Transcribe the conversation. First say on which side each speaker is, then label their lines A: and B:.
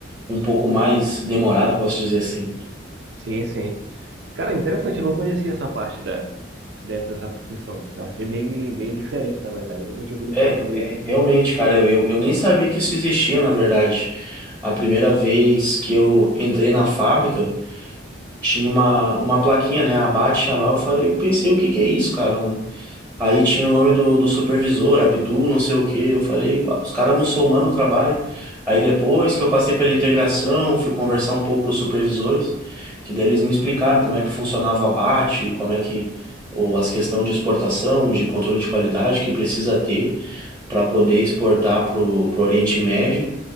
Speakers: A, on the right; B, on the right.
A: um pouco mais demorado, posso dizer assim.
B: Sim, sim. Cara, interessante, eu não conhecia essa parte da, de- dessa profissão. Eu achei bem, bem diferente, na verdade. Eu nunca tinha ouvido
A: É,
B: falar sobre
A: é,
B: isso.
A: realmente, cara, eu, eu eu nem sabia que isso existia, na verdade. A primeira vez que eu entrei na fábrica, tinha uma, uma plaquinha, né? Abate lá, eu falei, pensei, o que que é isso, cara? Não- Aí tinha o nome do, do supervisor, Abdu, não sei o quê. Eu falei, "Uau, os caras muçulmanos trabalham. Aí depois que eu passei pela integração, fui conversar um pouco com os supervisores, que daí eles me explicaram como é que funcionava o abate, como é que ou as questões de exportação, de controle de qualidade que precisa ter para poder exportar para o Oriente Médio,